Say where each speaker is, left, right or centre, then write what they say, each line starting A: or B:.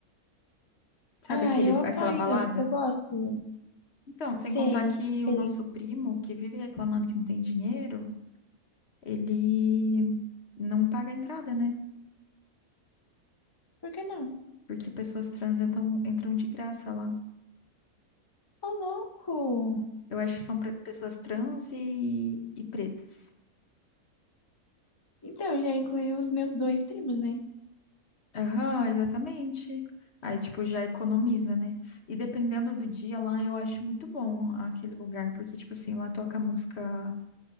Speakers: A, on the left; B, on the left.
A: sabe
B: Ah,
A: aquele,
B: eu apoio
A: aquela balada?
B: então, porque eu gosto.
A: Então, sem
B: Sei,
A: contar que
B: sei.
A: o nosso primo, que vive reclamando que não tem dinheiro, ele não paga a entrada, né?
B: Por que não?
A: Porque pessoas trans entram, entram de graça lá.
B: Ô, louco!
A: Eu acho que são pre- pessoas trans e, e pretas.
B: Então, eu já incluí os meus dois primos, né?
A: Aham, exatamente. Aí, tipo, já economiza, né? E dependendo do dia lá, eu acho muito bom aquele lugar, porque, tipo assim, lá toca música,